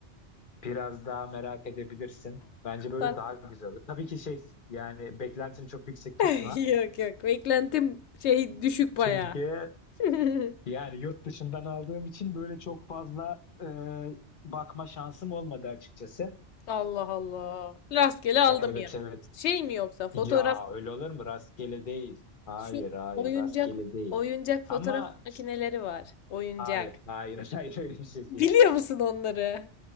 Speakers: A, on the left (about 50°); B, on the left (about 75°).
A: biraz daha merak edebilirsin. Bence böyle
B: bak.
A: daha güzel olur. Tabii ki şey yani beklentini çok yüksek tutma.
B: <laughs> Yok yok beklentim şey düşük baya.
A: Çünkü
B: <laughs>
A: yani yurt dışından aldığım için böyle çok fazla e, bakma şansım olmadı açıkçası.
B: Allah Allah. Rastgele aldım
A: Evet
B: ya.
A: evet.
B: Şey mi yoksa fotoğraf
A: Ya öyle olur mu? Rastgele değil. Hayır,
B: şu
A: hayır,
B: oyuncak
A: rastgele değil.
B: oyuncak fotoğraf
A: Ama
B: makineleri var. Oyuncak.
A: hayır, hayır, <laughs> hayır öyle bir şey
B: Biliyor
A: değil.
B: musun onları?